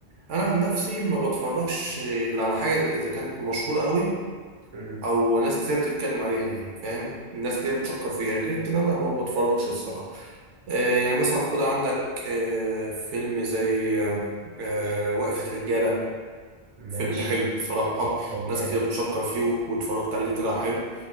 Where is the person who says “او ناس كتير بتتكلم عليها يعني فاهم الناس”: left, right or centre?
Right